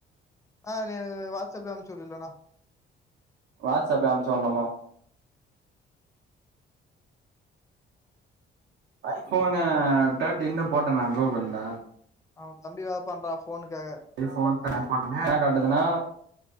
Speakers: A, on the left (about 15°); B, on the right (about 70°).
A: ஆ நீ வாட்ஸ்அப்ல அப்ச்சு விடு இல்லண்ணா
B: வாட்ஸ்ஸப்ல அமிச்சி விடனுமா ஐபோனு டர்டின்னு போட்டனா கூகுல்ல
A: அவ தம்பி வாப்பாண்றா போனுக்காக
B: ஐபோன் <inaudible> கா காட்டுதுன